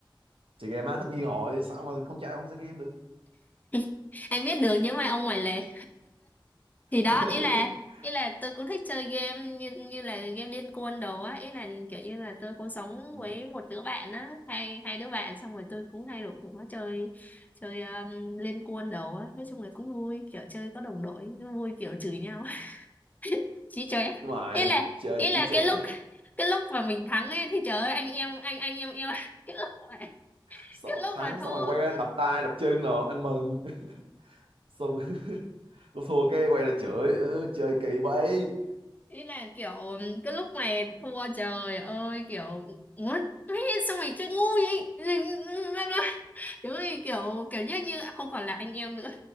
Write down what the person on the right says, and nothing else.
chơi game á tất nhiên rồi sao mà con trai không chơi game được
<laughs>
Ừ.
nhưng mà
chơi
chí trệ
<laughs> xong,
thắng
xong rồi quay ra đập tay đập chân rồi ăn mừng xong <laughs> lúc thua cái quay ra chửi "Ơ, chơi kỳ vậy